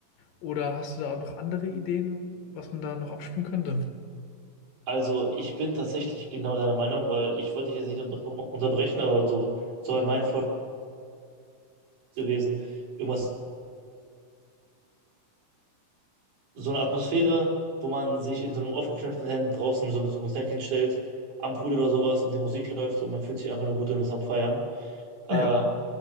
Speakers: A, on the left (about 75°); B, on the right (about 60°).
A: Oder hast du da auch noch andere Ideen, was man da noch abspielen könnte?
B: Also ich bin tatsächlich genau deiner Meinung, weil ich wollte dich jetzt nicht unter unterbrechen, aber so, so halt mein Vorschlag gewesen, irgendwas, so eine Atmosphäre, wo man sich in so einem aufgeknöpften Hemd draußen so mit so einem Getränk hinstellt, am Pool oder sowas und die Musik läuft und man fühlt sich einfach nur gut und ist am Feiern. Äh,
A: Ja,